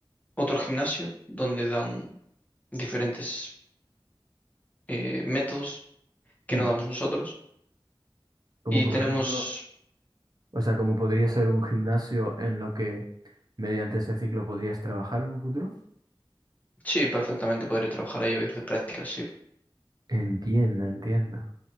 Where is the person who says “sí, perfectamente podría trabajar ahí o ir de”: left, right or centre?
Left